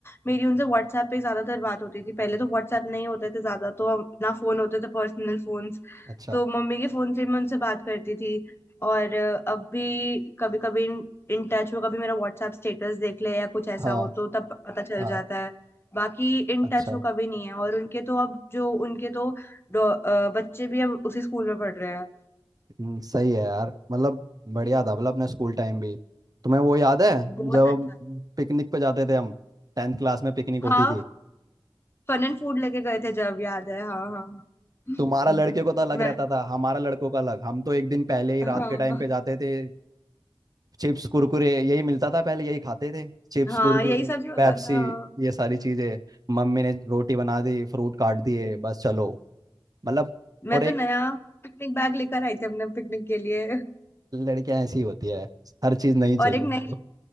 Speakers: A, on the left; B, on the right.
A: मेरी उनसे व्हाट्सएप पे ही ज्यादातर बात होती थी पहले तो व्हाट्सएप नहीं होते थे ज्यादा तो हम- ना फोन होते थे पर्सनल फोन्स
B: अच्छा
A: तो मम्मी के फोन से मैं उनसे बात करती थी और अ, अब भी कभी कभी इन, इन टच हो कभी मेरा व्हाट्सएप स्टेटस देख ले या कुछ
B: हाँ
A: ऐसा हो तो तब पता चल
B: हाँ
A: जाता है बाकी इन
B: अच्छा
A: टच हो कभी नहीं है और उनके तो अब जो उनके तो डॉ- अ, बच्चे भी अब उसी स्कूल में पढ़ रहे हैं
B: हम्म, सही है यार मतलब बढ़िया था मतलब अपना स्कूल टाइम भी तुम्हें वो याद है
A: बहुत
B: जब हम
A: अच्छा
B: पिकनिक पे जाते थे हम टेंथ क्लास में पिकनिक होती
A: हाँ
B: थी
A: फन एंड फूड लेके गए थे जब याद है हाँ हाँ हाँ हम्म,
B: तुम्हारा लड़के को तो अलग
A: मैं
B: रहता था हमारा लड़कों का अलग हम तो एक दिन पहले ही
A: हाँ
B: रात के टाइम पे जाते थे चिप्स कुरकुरे यही मिलता था पहले यही खाते थे चिप्स
A: हाँ
B: कुरकुरे
A: यही सब ही होता
B: पेप्सी
A: था हाँ
B: ये सारी चीजें मम्मी ने रोटी बना दी फ्रूट काट दिए
A: हम्म,
B: बस चलो मतलब
A: मैं
B: और एक
A: तो नया पिकनिक बैग लेकर आई थी अपने पिकनिक के लिए
B: लड़कियां ऐसी होती है हर चीज नहीं चाहिए
A: और एक
B: उनको
A: नई